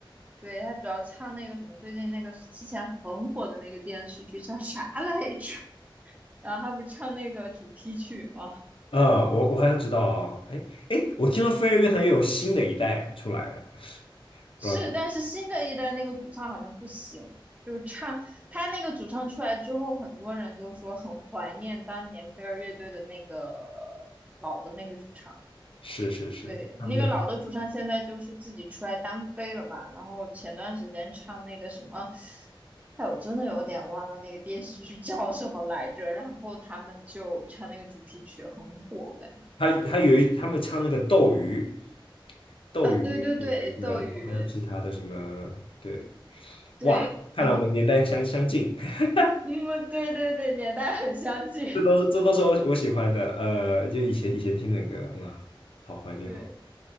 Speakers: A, on the right; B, on the left.
A: 对，他主要唱那个什么，最近那个之前很火的那个电视剧叫啥来着？<laughs> 然后他不是唱那个主题曲吗？
B: 呃，我我好像知道哦，哎哎，我听说飞儿乐团又有新的一代出来，
A: <laughs> 是，
B: 不知道
A: 但是新的一代那个主唱好像不行，就是唱他那个主唱出来之后，很多人都说很怀念当年飞儿乐队的那个老的那个主唱。
B: 是是是是他们那个
A: 对，那个老的主唱现在就是自己出来单飞了嘛，然后前段时间唱那个什么，哎，我真的有点忘了那个电视剧叫什么来着，然后他们就唱那个主题曲很火，我感觉，
B: 他他有一他们唱那个斗鱼，斗鱼有一个，
A: 啊，对对对，斗鱼，
B: 然后还有其他的什么，对，
A: 对，
B: 哇，看来我们年代相相近，
A: 然后，
B: <laughs>
A: 嗯，对对对，年代很相近，
B: 这都是这都是我我喜欢的，呃，就以前以前听的歌，哇，好怀念哦，
A: <laughs> 对，